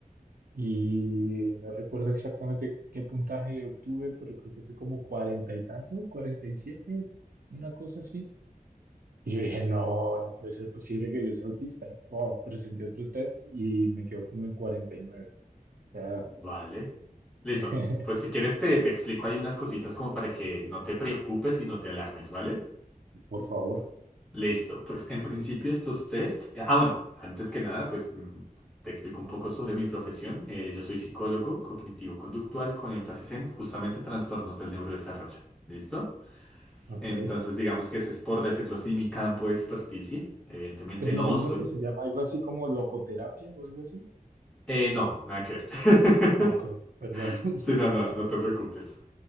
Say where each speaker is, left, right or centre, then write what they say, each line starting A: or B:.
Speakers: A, on the right (about 80°); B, in the centre.
A: y no recuerdo exactamente qué puntaje obtuve, pero creo que fue como cuarenta y tanto, cuarenta y siete, una cosa así. Y yo dije, no, no puede ser posible que yo sea autista. Y, pum, presenté otro test y me quedó como en 49. O sea,
B: vale. Listo,
A: <laughs>
B: pues si quieres te, te explico ahí unas cositas como para que no te preocupes y no te alarmes, ¿vale?
A: por favor.
B: Listo, pues en principio estos test... eh, Ah, bueno, antes que nada, pues mm, te explico un poco sobre mi profesión. Eh, yo soy psicólogo cognitivo-conductual con énfasis en justamente trastornos del neurodesarrollo. ¿Listo?
A: Ok.
B: Entonces, digamos que ese es, por decirlo así, mi campo de experticia. Evidentemente
A: Es lo
B: no
A: mismo
B: soy.
A: que se llama algo así como logoterapia o algo así.
B: Eh, no, nada que ver. <laughs>
A: Ah, ok, perdón. <laughs>
B: Sí, no, no, no te preocupes.